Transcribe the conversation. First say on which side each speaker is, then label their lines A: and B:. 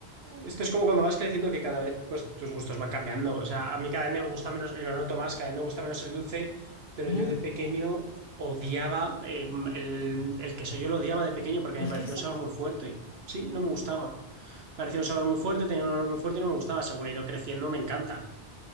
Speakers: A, on the right; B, on the left.
A: esto es como cuando vas creciendo que cada vez pues, tus gustos van cambiando. O sea, a mí cada vez me gusta menos, y lo noto más, cada vez me gusta menos el dulce, pero
B: Ujú.
A: yo de pequeño odiaba, eh, el, el queso yo lo odiaba de pequeño porque
B: ¿El
A: me parecía
B: queso?
A: un sabor muy fuerte. Sí, no me gustaba. parecía un sabor muy fuerte, tenía un olor muy fuerte y no me gustaba. Según he ido creciendo, me encanta.